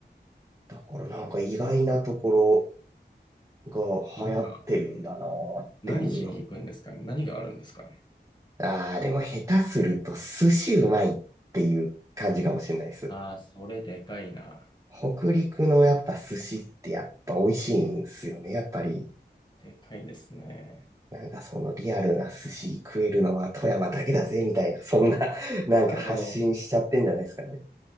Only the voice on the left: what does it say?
え、
どんな、何しに行くんですかね何があるんですかね
ああ、それでかいな。
でかいですね。
なるほど。